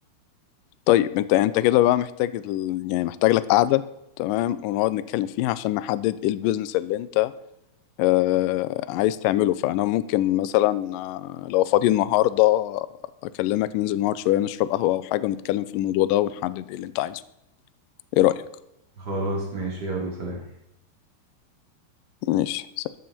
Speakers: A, on the left; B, on the right.
A: طيب انت انت كده بقى محتاج ال... يعني محتاج لك قعدة تمام ونقعد نتكلم فيها عشان نحدد ايه البيزنس اللي انت آه عايز تعمله فانا ممكن مثلا آه، لو فاضي النهارده اكلمك ننزل نقعد شوية نشرب قهوة او حاجة ونتكلم في الموضوع ده ونحدد ايه اللي انت عايزه ايه رأيك
B: خلاص ماشي يلا سلام
A: ماشي